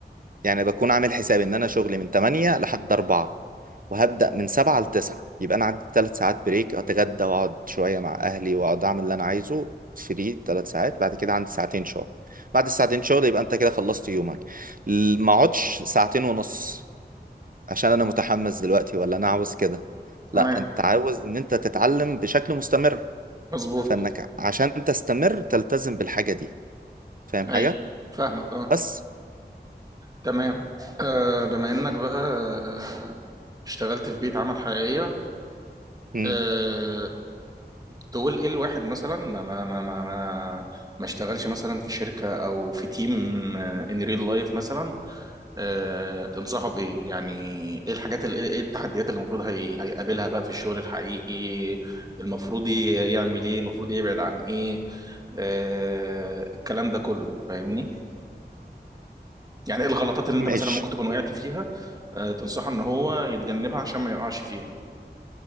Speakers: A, on the right; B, on the right.
A: يعني بكون عامل حساب ان انا شغلي من 8 لحد 4 وهبدأ من 7 ل 9 يبقى انا عندي 3 ساعات بريك اتغدى واقعد شوية مع اهلي واقعد اعمل اللي انا عايزه فري 3 ساعات بعد كده عندي ساعتين شغل بعد الساعتين شغل يبقى انت كده خلصت يومك ل- ما اقعدش ساعتين ونص عشان انا متحمس دلوقتي ولا انا عاوز كده
B: تمام
A: لا انت عاوز ان انت تتعلم بشكل مستمر
B: مظبوط
A: فانك عشان تستمر تلتزم بالحاجة دي فاهم
B: ايوه
A: حاجة
B: فاهمك اه
A: بس
B: تمام آه بما انك بقى آه، اشتغلت في بيئة عمل حقيقية
A: مم.
B: آه تقول ايه الواحد مثلا ما ما ما ما ما ما اشتغلش مثلا في شركة او في تيم ان ريل لايف مثلا آه تنصحه بايه يعني ايه الحاجات ال- ايه التحديات اللي المفروض هي هيقابلها بقى في الشغل الحقيقي المفروض ي- يعمل ايه المفروض يبعد عن ايه آه الكلام ده كله فاهمني يعني ايه الغلطات اللي انت
A: ماشي
B: مثلا ممكن تكون وقعت فيها آه، تنصحه ان هو يتجنبها عشان ما يقعش فيها